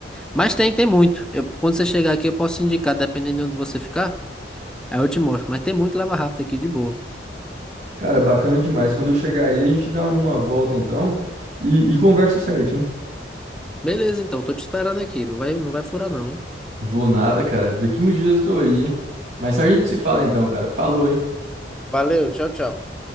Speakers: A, in the centre; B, on the right.
A: Mas tem, tem muito. Eu, quando você chegar aqui, eu posso te indicar, dependendo de onde você ficar. Aí eu te mostro. Mas tem muito lava rápido aqui, de boa.
B: Cara, bacana demais. Quando eu chegar aí, a gente dá uma volta então e, e conversa certinho.
A: Beleza, então, tô te esperando aqui. Não vai, não vai furar, não, hein?
B: Vou nada, cara. Daqui uns dias eu tô aí, hein? Mas a gente se fala então, cara. Falou, hein?
A: Valeu, tchau, tchau.